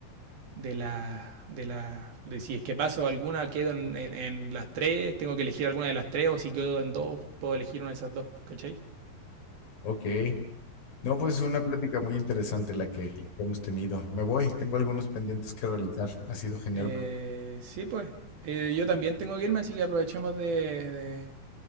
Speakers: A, on the right; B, on the left.
A: de la, de la, de si es que paso alguna, quedo en, en- en las tres, tengo que elegir alguna de las tres o si quedo en dos, puedo elegir una de esas dos, ¿cachai?
B: Ok. No, pues es una plática muy interesante la que, la que hemos tenido. Me voy, tengo algunos pendientes que realizar. Ha sido genial.
A: Eh, sí, pues. Eh, yo también tengo que irme, así que aprovechemos de, de-